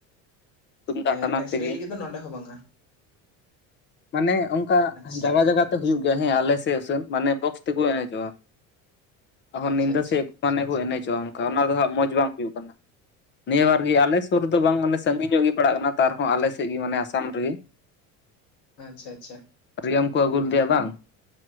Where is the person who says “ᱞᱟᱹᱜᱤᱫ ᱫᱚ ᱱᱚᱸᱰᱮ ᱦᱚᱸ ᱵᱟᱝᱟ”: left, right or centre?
Left